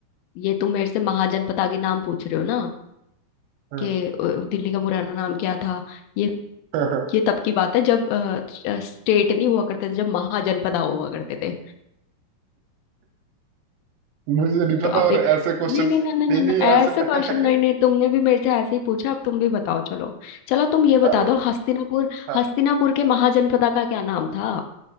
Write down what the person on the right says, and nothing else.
हाँ,
<laughs>
मुझे नहीं
पता
और
ऐसे क्वेश्चन
नहीं
नहीं
ऐसे
<laughs>
अरे
हाँ